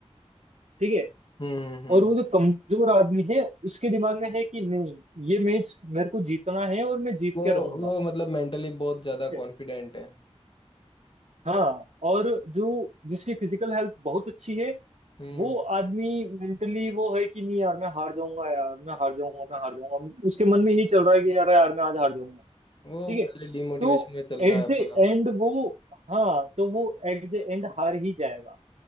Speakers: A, on the right (about 75°); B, on the left (about 45°).
A: ठीक है
B: हम्म हम्म
A: और वो जो कमजोर आदमी है उसके दिमाग में है कि नहीं ये मैच मेरे को जीतना है और मैं जीत
B: वो
A: के रहूंगा
B: वो मतलब मेंटली बहुत
A: ठीक
B: ज्यादा
A: है
B: कॉन्फिडेंट है
A: हाँ और जो जिसकी फिजिकल हेल्थ बहुत अच्छी है
B: हम्म
A: वो आदमी मेंटली वो है कि नहीं यार मैं हार जाऊंगा यार मैं हार जाऊंगा मैं हार जाऊंगा उसके मन में यही चल रहा है कि यार यार मैं आज हार जाऊंगा
B: वो
A: ठीक है
B: पहले डिमोटिवेशन
A: तो
B: में चल
A: एट
B: रहा है
A: द
B: पूरा
A: एंड वो हाँ तो वो एट द एंड हार ही जाएगा